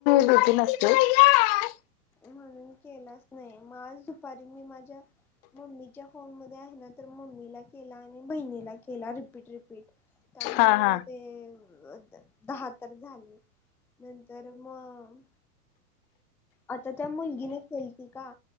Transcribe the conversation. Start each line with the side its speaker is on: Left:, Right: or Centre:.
Left: <unintelligible>
Centre: म्हणून केलाच नाही. मग आज दुपारी मी माझ्या मम्मीच्या फोन मध्ये आहे ना तर मम्मीला केला आणि बहिणीला केला. रिपीट रिपीट त्यामुळं
Left: हा हा
Centre: ते दहा तर झाले नंतर मग आता त्या मुलगीने केलती का?